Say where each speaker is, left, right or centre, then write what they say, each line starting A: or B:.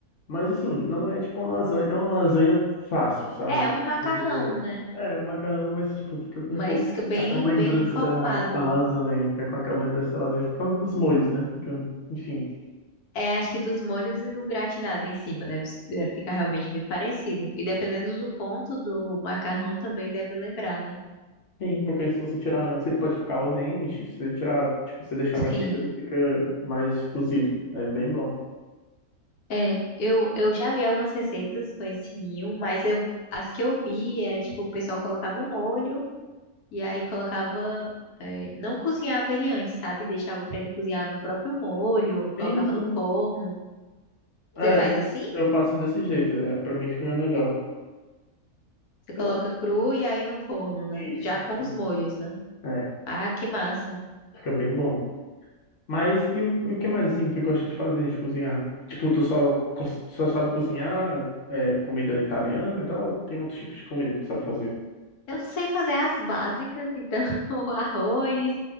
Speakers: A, on the left (about 60°); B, on the left (about 80°).
A: Mas assim, não é tipo uma lasanha, é uma lasanha fácil, sabe?
B: É um macarrão,
A: Precisa-
B: né?
A: É, um macarrão, mas tipo, fica com
B: Mas
A: um pouco
B: que bem,
A: aquela lembrança
B: bem encorpado,
A: da, da lasanha,
B: né?
A: fica com aquela lembrança da lasanha por causa dos molhos, né? que ficam, enfim.
B: É, acho que dos molhos e do gratinado em cima deve, deve ficar realmente muito parecido. E dependendo do ponto do macarrão também deve lembrar, né?
A: Sim, porque se você tirar, se ele pode ficar al dente, se você tirar, tipo, você deixar mais
B: Sim.
A: quente, ele fica mais cozido. É bem bom.
B: É, eu, eu já vi algumas receitas com esse ninho, mas eu, as que eu vi era tipo, o pessoal colocava o molho e aí colocava. é, não cozinhava ele antes, sabe? Deixava pra ele cozinhar no próprio molho,
A: Sim,
B: colocava
A: sim.
B: no forno.
A: É,
B: Você faz assim?
A: eu faço desse jeito, é, pra mim fica melhor.
B: Você
A: Você
B: coloca
A: dá-
B: cru e aí no forno, né?
A: Isso,
B: Já com
A: isso.
B: os molhos, né?
A: É,
B: Ah, que massa.
A: fica bem bom. Mas e o, e o que mais assim tu gosta de fazer, de cozinhar? Tipo, tu só, co- só sabe cozinhar é, comida italiana e tal? ou Tem outros tipos de comida que tu sabe fazer?
B: Eu sei fazer as básicas, então <laughs> o arroz,